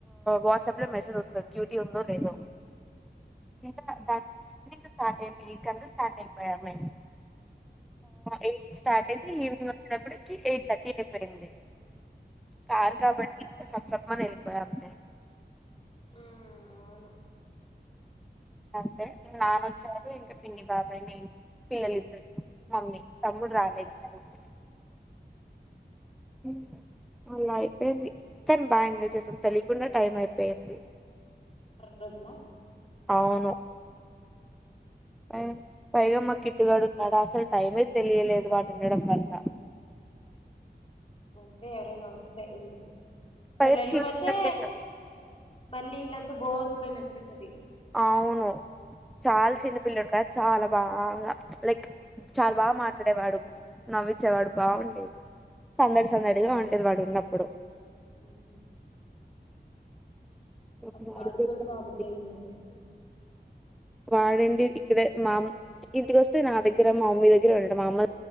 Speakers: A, in the centre; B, on the left.
A: వాట్సాప్ లో మెసేజ్ వస్తంది డ్యూటీ ఉందో లేదో ఇంకా దా స్ార్ అయిపో ఇంకా స్టార్ట్ అయిపోయా మే ఎయిట్ స్టార్ట్ అయితే ఈవినింగ్ వచ్చేటప్పటికి ఎయిట్ థర్టీ అయిపోయింది కారు కాబట్టి సప్సప్పని వెళ్ళిపోయాం మేము
B: ఆ అవును
A: అంతే నాన్న వచ్చారు ఇంకా పిన్ని, బాబాయ్, నేను పిల్లలిద్దరు మమ్మీ, తమ్ముడు రాలే ఎగ్జామ్స్ అని మ్మ్ అలా అయిపోయింది కానీ బాగా ఎంజాయ్ చేసాం తెలియకుండా టైం అయిపోయింది
B: ప్రజ్లా
A: అవును పై పైగా మా కిట్టుగాడు ఉన్నాడు అసలు టైమే తెలియలేదు పాటుడంం వంద
B: అంతే ఎరే న వస్తే ఇంటికి
A: పైగా
B: వాళ్ళు వెళ్ళిపోతే
A: చిన్న పిల్లోడు
B: మళ్ళీ ఇల్లంతా బోసపోయినట్టుంటది
A: అవును చాలా చిన్న పిల్లడు కదా చాలా బాగా లైక్ చాలా బాగా మాట్లాడేవాడు నవ్వించేవాడు బాగుండేది సందడి సందడిగా ఉండేది వాడు ఉన్నప్పుడు
B: అహ
A: పాడు
B: వాడిగ కూడా పావుద్ద్దయిండదిలే
A: వాడండి ఇక్కడ మా ఇంటికి వస్తే నా దగ్గర మా అమ్మ దగ్గర ఉండండి మామ్మ